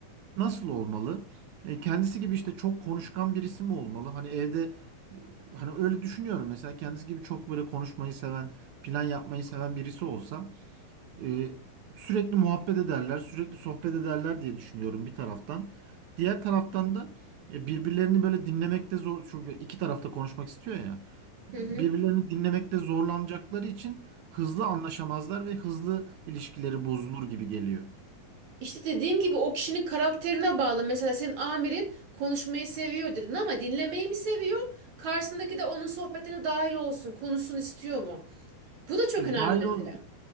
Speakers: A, on the right (about 70°); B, on the right (about 50°).
A: Nasıl olmalı? E, kendisi gibi işte çok konuşkan birisi mi olmalı? Hani evde e, hani öyle düşünüyorum mesela kendisi gibi çok böyle konuşmayı seven, plan yapmayı seven birisi olsa e, sürekli muhabbet ederler, sürekli sohbet ederler diye düşünüyorum bir taraftan. Diğer taraftan da e, birbirlerini böyle dinlemekte zor çünkü iki tarafta konuşmak istiyor ya. Birbirlerini
B: Hı hı.
A: dinlemekte zorlanacakları için hızlı anlaşamazlar ve hızlı ilişkileri bozulur gibi geliyor.
B: İşte dediğim gibi o kişinin karakterine bağlı. Mesela senin amirin konuşmayı seviyor dedin ama dinlemeyi mi seviyor? Karşısındaki de onun sohbetine dahil olsun, konuşsun istiyor mu? Bu da çok
A: E,
B: önemli
A: dahil
B: mesela.
A: ol,